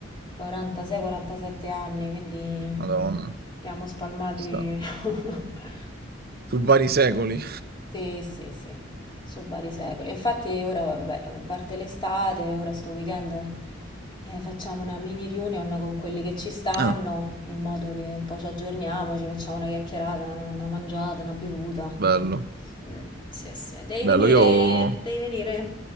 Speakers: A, on the left; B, on the right.
A: 46-47 anni, quindi
B: madonna.
A: siamo spalmati.
B: Sta.
A: <laughs>
B: Su vari secoli.
A: Sì, sì, sì, su vari secoli. Infatti ora, vabbè, a parte l'estate, ora sto weekend eh, facciamo una mini reunion con quelli che ci stanno,
B: Ah,
A: in modo che un po' ci aggiorniamo, ci facciamo una chiacchierata, una, una mangiata, una bevuta.
B: bello.
A: Mm, sì, sì, devi
B: Bello,
A: venire,
B: io...
A: devi venire.